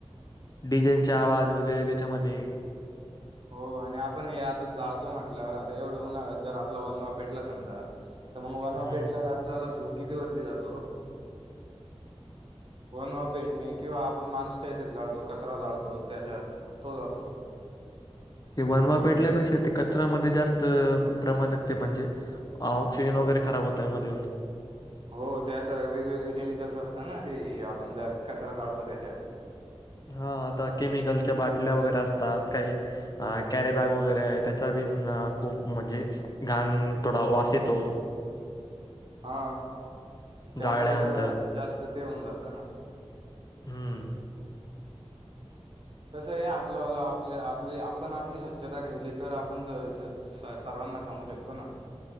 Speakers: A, on the left; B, on the right.
A: डिजेन आवाज वगैरे त्याच्यामध्ये
B: हो आणि आपण हे आता जाळतो म्हटल्यावर आता एवढं उन्हाळत जर आपला वनवा पेटला समजा तर मग
A: हम्म
B: वन पेटल्यावर आपल्याला धूर किती वरती जातो हो. वनवा पेटणे किंवा आपण माणूस काहीतरी चाळतो कचरा चाळतो त्याच्यात तो जातो.
A: वनवा पेटल्यापेक्षा ते कचरामध्ये जास्त प्रमाणात ते म्हणजे अ ऑक्सिजन
B: हो
A: वगैरे खराब होत आहे मधून.
B: हो त्यात वेगवेगळे केमिकल्स असता ना ते आपण ज कचरा जाळतो त्याच्यात.
A: हा आता केमिकलच्या बाटल्या वगैरे असतात काही अ कॅरे बॅग वगैरे आहे त्याचा बिन खूप म्हणजे गण थोडा वास येतो
B: हा त्यामुळे
A: जाळल्यानंतर
B: जरा जास्त ते होऊन जातं ना
A: हम्म
B: तसं आहे आपलंला आपले आपले आपण आपली स्वच्छता ठेवली तर आपण स सर्वांना सांगू शकतो ना